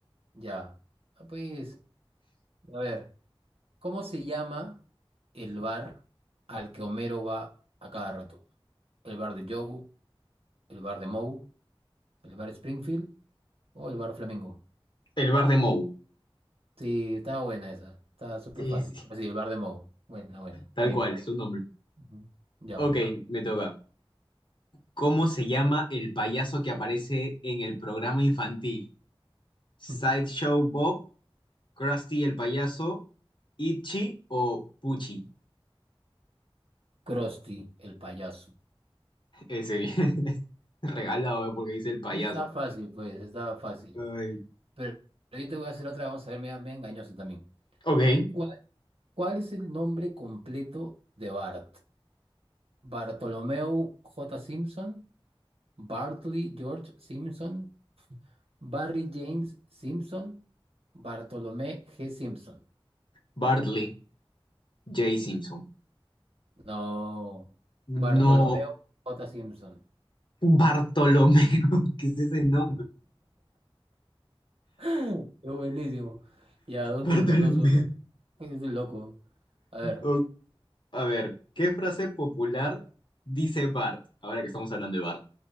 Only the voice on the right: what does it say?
Ya. Ah, Pues, a ver, ¿cómo se llama el bar al que Homero va a cada rato? ¿El bar de Joe? ¿El bar de Moe? ¿El bar Springfield? ¿O el bar Flamingo?
Sí, está buena esa. Está súper
fácil.
Pero sí, el bar de Moe. Buena, buena. Está
bien.
Ujú. Ya.
<laughs>
Krusty, el payaso.
Está fácil, pues, está fácil.
Pero ahorita te voy a hacer otra, vamos a ver, media, media engañosa también.
¿Cuál, cuál es el nombre completo de Bart? Bartolomeo J. Simpson, Bartley George Simpson, Barry James Simpson, Bartolomé G. Simpson.
No,
Bartolomeo J. Simpson.
<gasps> <laughs> es buenísimo. Ya, dos
uno dos uno Es un loco. A ver.